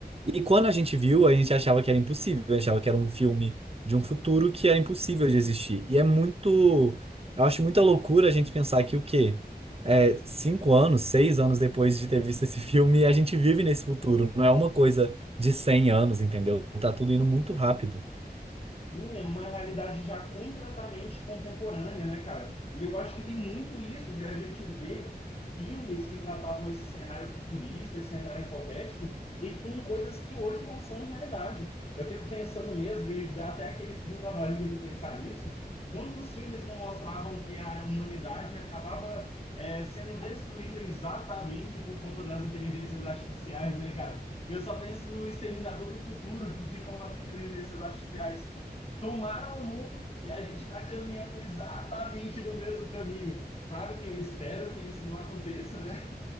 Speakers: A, on the right; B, on the left.
A: E quando a gente viu, a gente achava que era impossível, a gente achava que era um filme de um futuro que era impossível de existir. E é muito, eu acho muita loucura a gente pensar que o quê? É, cinco anos, seis anos depois de ter visto esse <laughs> filme, a gente vive nesse futuro. Não é uma coisa de 100 anos, entendeu? Tá tudo indo muito rápido.
B: Sim, é uma realidade já completamente contemporânea, né, cara? E eu acho que tem muito isso de a gente ver filmes que tratavam esse cenário futurista, esse cenário hipotético, e com coisas que hoje já são realidade. Eu fico pensando mesmo, e dá até aquele frio na barriga de pensar nisso, quantos filmes não mostravam que a humanidade acabava, eh, sendo destruída exatamente por conta das inteligências artificiais, né, cara? Eu só penso no Exterminador do Futuro, <laughs> de como as inteligências artificiais tomaram o mundo e a gente está caminhando exatamente no mesmo caminho. Claro que eu espero que isso não aconteça, né?